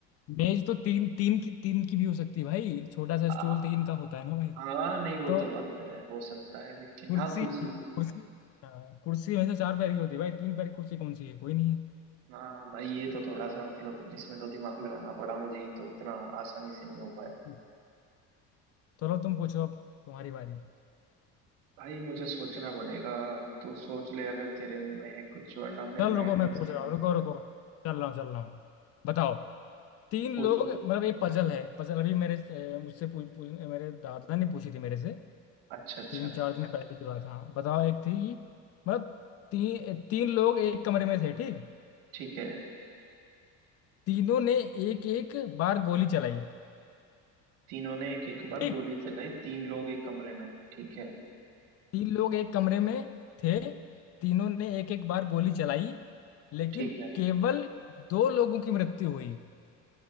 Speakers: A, on the left; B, on the right.
A: मेज तो तीन तीन की तीन की भी हो सकती है भाई छोटा सा
B: हाँ
A: स्टूल तीन का होता है ना भाई
B: हाँ, नहीं वो
A: तो
B: तो बात है हो सकता है लेकिन
A: कुर्सी
B: हाँ कुर्सी
A: कुर्सी हाँ, कुर्सी वैसे चार पैर की होती है भाई तीन पैर की कुर्सी कौन सी है कोई नहीं
B: हाँ भाई ये तो थोड़ा सा मतलब इसमें तो दिमाग लगाना पड़ा मुझे ये तो इतना आसानी से नहीं हो पाया
A: है चलो तुम पूछो अब तुम्हारी बारी
B: भाई मुझे सोचना पड़ेगा तू सोच ले अगर तेरे मन में है कुछ वरना फिर
A: चल
B: मैं
A: रुको मैं
B: पूछूंगा
A: पूछ रहा हूँ रुको रुको चल रहा हूँ चल रहा हूँ बताओ तीन
B: पूछूं
A: लोग मतलब ये पजल है पजल अभी मेरे अ, मुझसे पूछ, पूछ मेरे दादा ने पूछी थी मेरे से
B: अच्छा अच्छा
A: तीन चार दिन पहले की बात हाँ बताओ एक थी मतलब तीन तीन लोग एक कमरे में थे ठीक
B: ठीक है
A: तीनों ने एक एक बार गोली चलाई
B: तीनों ने एक एक बार
A: ठीक
B: गोली चलाई तीन लोग एक कमरे में हैं ठीक है
A: तीन लोग एक कमरे में थे तीनों ने एक एक बार गोली चलाई लेकिन
B: ठीक है
A: केवल दो लोगों की मृत्यु हुई